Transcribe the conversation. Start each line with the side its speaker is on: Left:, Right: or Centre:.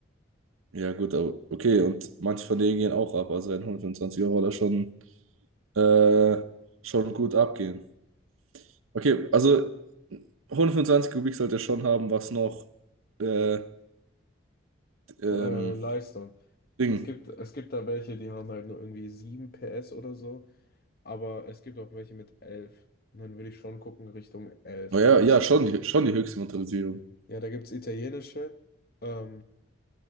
Right: Ja, gut, aber okay, und manche von denen gehen auch ab. Also werden 125 Euro da schon, äh, schon gut abgehen. Okay, also 125 Kubik sollte schon haben, was noch äh, ähm,
Left: Äh, Leistung.
Right: Ding.
Left: Es gibt, es gibt da welche, die haben halt nur irgendwie 7 PS oder so, aber es gibt auch welche mit elf Und dann würde ich schon gucken Richtung elf
Right: Naja,
Left: Da gibt's,
Right: ja, ja, schon die, schon die höchste Motorisierung.
Left: ja, da gibt's italienische, ähm,